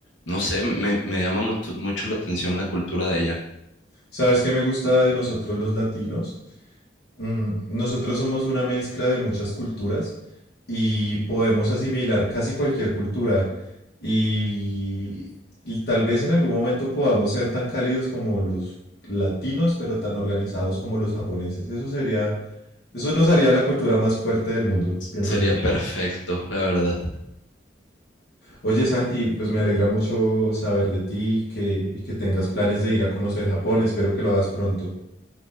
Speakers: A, on the left; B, on the left.
A: no sé, me, me me llama mucho mucho la atención la cultura de allá.
B: ¿Sabes qué me gusta de nosotros los latinos? Mm, nosotros somos una mezcla de muchas culturas y podemos asimilar casi cualquier cultura y, y tal vez en algún momento podamos ser tan cálidos como los latinos, pero tan organizados como los japoneses. Eso sería, eso nos haría la cultura más fuerte del mundo, pienso
A: Sería
B: yo.
A: perfecto, la verdad.
B: Oye, Santi, pues me alegra mucho saber de ti y que, y que tengas planes de ir a conocer Japón. Espero que lo hagas pronto.